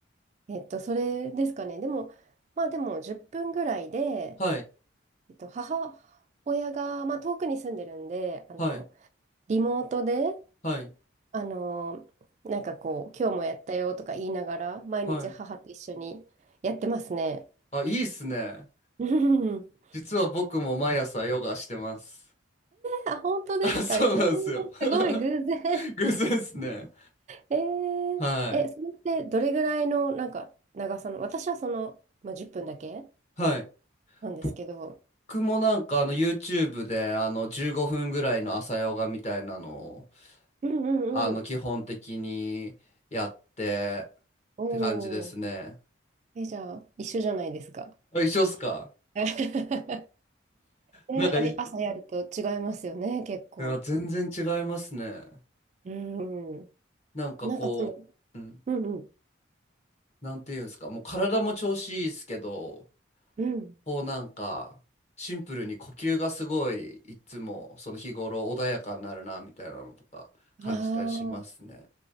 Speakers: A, on the right; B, on the left.
A: えっと、それですかね。でも、まあでも10分ぐらいで、
B: はい、
A: えっと、母親が、まあ遠くに住んでるんで、あの、
B: はい、
A: リモートで、
B: はい、
A: あのなんかこう、今日もやったよとか言いながら、毎日母と一緒にやってますね。
B: はい。あ、いいっすね。
A: <laughs> うん
B: 実は僕も毎朝ヨガしてます。
A: あ、本当ですか。
B: あ、そうなんですよ。
A: えー
B: <laughs>
A: すごい偶然。
B: 偶然ですね。
A: えー、
B: はい。
A: え、それってどれぐらいのなんか長さの、私はその、まあ、10分だけ
B: はい。
A: なんですけど、
B: 僕もなんかあの YouTube であの15分ぐらいの朝ヨガみたいなの
A: うんうんうん。
B: あの、基本的にやって
A: おー、
B: って感じですね。
A: え、じゃあ、一緒じゃないですか。
B: あ、一緒っすか
A: <laughs> え、
B: なんかい、
A: あれ、
B: い
A: 朝やると違いますよね、結構。
B: や、全然違いますね。
A: うんう
B: なんかこう、
A: ん。なんかその、
B: うん、
A: うんうん。
B: なんていうんですか、もう体も調子いいっすけど、
A: うん。
B: こうなんか、シンプルに呼吸がすごい、いつもその日頃穏やかになるな、みたいなのとか感じたりしますね。
A: ああ、